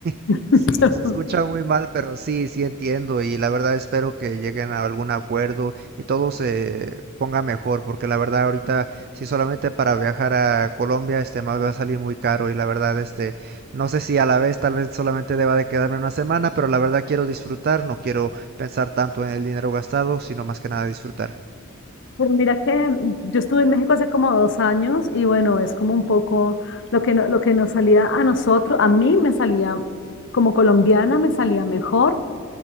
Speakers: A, on the right; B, on the left.
A: <laughs>
B: <laughs>
A: sí, se escucha muy mal, pero sí, sí entiendo y la verdad espero que lleguen a algún acuerdo y todo se ponga mejor, porque la verdad ahorita si solamente para viajar a Colombia este me va a salir muy caro y la verdad este no sé si a la vez tal vez solamente deba de quedarme una semana, pero la verdad quiero disfrutar, no quiero pensar tanto en el dinero gastado, sino más que nada disfrutar.
B: Pero mira que mm, yo estuve en México hace como dos años y bueno, es como un poco lo que, no- lo que nos salía a nosotros, a mí me salía como colombiana, me salía mejor